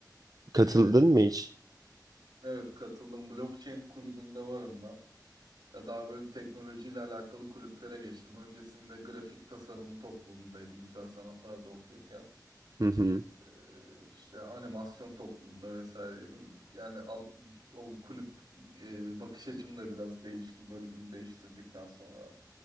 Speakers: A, on the right; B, on the right.
A: Katıldın
B: Ee,
A: mı hiç?
B: evet katıldım. Blockchain kulübünde varım ben. Ya daha böyle teknolojiyle alakalı kulüplere geçtim. Öncesinde grafik tasarımı topluluğundaydım. Güzel sanatlarda okuyorken.
A: Hı hı,
B: Ee, işte animasyon topluluğunda vesaireydim. Yani al- o kulüp e, bakış açım da biraz değişti bölümümü değiştirdikten sonra.